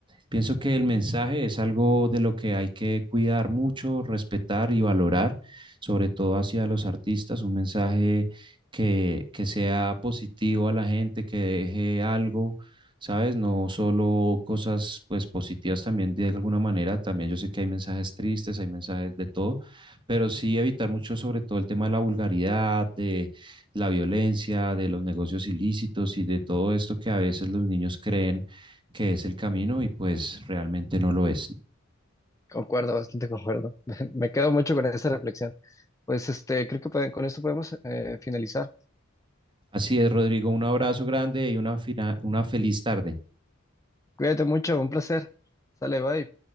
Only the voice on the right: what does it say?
Pienso que el mensaje es algo de lo que hay que cuidar mucho, respetar y valorar, sobre todo hacia los artistas, un mensaje que, que sea positivo a la gente, que deje algo, ¿sabes? No solo cosas pues positivas también de alguna manera, también yo sé que hay mensajes tristes, hay mensajes de todo, pero sí evitar mucho sobre todo el tema de la vulgaridad, de la violencia, de los negocios ilícitos y de todo esto que a veces los niños creen que es el camino y pues realmente no lo es.
Así es, Rodrigo, un abrazo grande y una, fina- una feliz tarde.